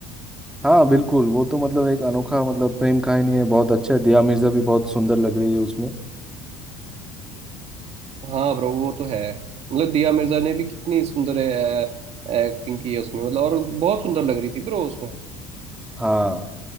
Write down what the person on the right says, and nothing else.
हाँ ब्रो वो तो है मतलब दिया मिर्जा ने भी कितनी सुंदर एक्टिंग की है उसमें मतलब और बहुत सुंदर लग रही थी ब्रो उसमें